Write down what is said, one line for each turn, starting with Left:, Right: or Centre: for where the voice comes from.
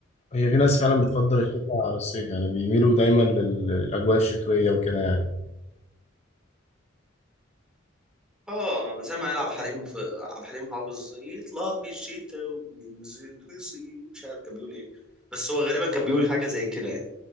Left: هي في ناس فعلا بتفضل الشتاء على الصيف يعني بيميلوا دايما لل- للأجواء الشتوية وكده يعني
Centre: اه زي ما قال عبد الحليم في عبد الحليم حافظ يطلع في الشتاء وينزل في الصيف مش عارف كان بيقول ايه بس هو غالبا كان بيقول حاجة زي كده يعني